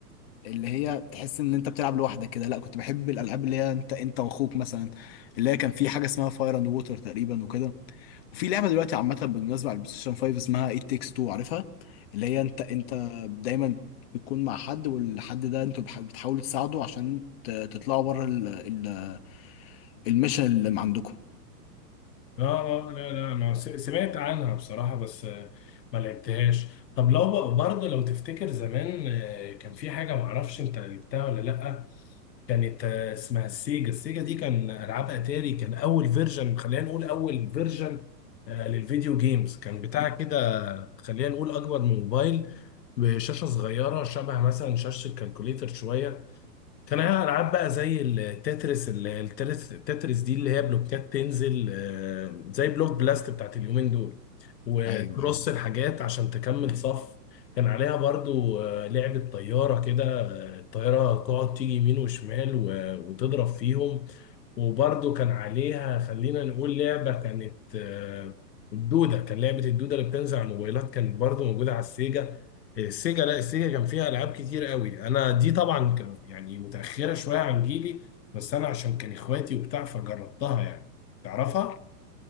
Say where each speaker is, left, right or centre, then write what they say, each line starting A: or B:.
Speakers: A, on the left; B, on the left.
A: اللي هي تحس ان انت بتلعب لوحدك كده لا كنت بحب الالعاب اللي هي انت انت واخوك مثلا اللي هي كان في حاجه اسمها فاير اند ووتر تقريبا وكده وفي لعبه دلوقتي عامه بالمناسبه على البلايستيشن 5 اسمها ايت تيكس 2 عارفها اللي هي انت انت دايما بتكون مع حد والحد ده انتوا بح- بتحاولوا تساعده عشان ت- تطلعوا بره ال- ال- الميشن اللي عندكم
B: اه اه لا لا انا س- سمعت عنها بصراحة بس آه، ما لعبتهاش طب لو بقى برضه لو تفتكر زمان آه، كان في حاجة معرفش انت لعبتها ولا لأ كانت آه، اسمها السيجا السيجا دي كان ألعاب أتاري كان أول فيرجن خلينا نقول أول فيرجن آه، للفيديو جيمز كان بتاع كده خلينا نقول اكبر من موبايل بشاشه صغيره شبه مثلا شاشه الكالكوليتر شويه كان عليها العاب بقى زي التترس ال- التترس التترس دي اللي هي بلوكات تنزل آه، زي بلوك بلاست بتاعت اليومين دول وترص
A: ايوه ايوه
B: الحاجات عشان تكمل صف كان عليها برضو آه، لعبة طيارة كده آه، الطيارة تقعد تيجي يمين وشمال و- وتضرب فيهم وبرضو كان عليها خلينا نقول لعبة كانت آه، الدودة كان لعبة الدودة اللي بتنزل على الموبايلات كانت برضو موجودة على السيجا السيجا لا السيجا كان فيها العاب كتير قوي انا دي طبعا كان يعني متاخره شويه عن جيلي بس انا عشان كان اخواتي وبتاع فجربتها يعني تعرفها